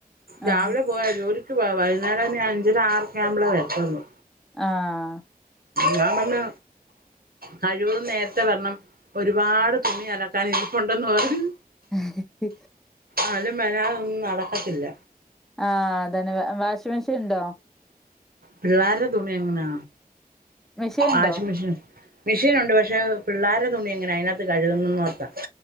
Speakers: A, on the right; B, in the centre.
A: രാവിലെ
B: ആഹ്
A: പോ പോയാ ജോലിക്ക് പോയാ വൈകുന്നേരം ഇനി അഞ്ചര ആറൊക്കെയാകുമ്പളേ വരത്തൊള്ളൂ
B: ആഹ്
A: ഞാൻ ബട്ന്ന് കഴിവതും നേരത്തെ വരണം ഒരുപാട് തുണി അലക്കാനിരിപ്പുണ്ടെന്ന് പറഞ്ഞു
B: ഹി-ഹി-ഹി
A: ആള് മെനാതൊന്നും നടക്കത്തില്ല
B: ആഹ് അതന്നെ വാഷിംഗ് മെഷീന്ണ്ടോ
A: പിള്ളാര്ടെ തുണിയെങ്ങനാ
B: മെഷീൻ
A: വാഷിംഗ്
B: ഉണ്ടോ
A: മെഷീന്ണ്ട് മെഷീനുണ്ട് പക്ഷേ പിള്ളാരെ തുണിയെങ്ങനാ അയിനകത്ത് കഴുകുന്നെന്നോർത്താ